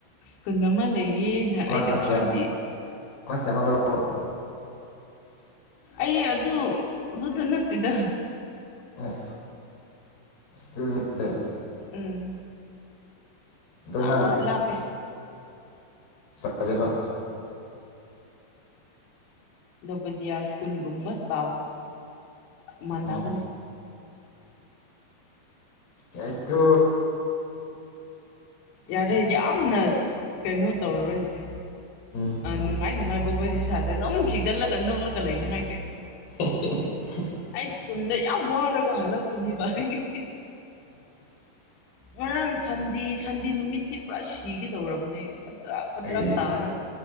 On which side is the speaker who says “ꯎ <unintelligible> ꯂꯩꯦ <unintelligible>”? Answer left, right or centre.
Left